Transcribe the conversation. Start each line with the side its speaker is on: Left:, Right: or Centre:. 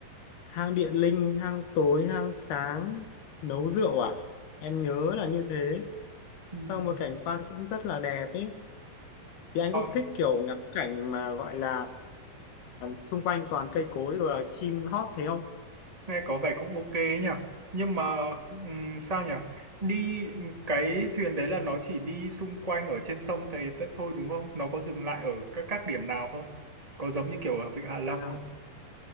Left: hang điện linh hang tối hang sáng nấu rượu à em nhớ là như thế
Right: ừm.
Left: sau một cảnh quan cũng rất là đẹp ấy thì anh
Right: Ờ.
Left: có thích kiểu ngắm cảnh mà gọi là xung quanh toàn cây cối rồi là chim hót thế không
Right: nghe có vẻ cũng ok ấy nhỉ nhưng mà ừm, sao nhỉ đi cái thuyền đấy là nó chỉ đi xung quanh ở trên sông thấy t- thôi đúng không nó có dừng lại ở các các điểm nào không có giống như kiểu ở Vịnh Hạ Long
Left: à
Right: không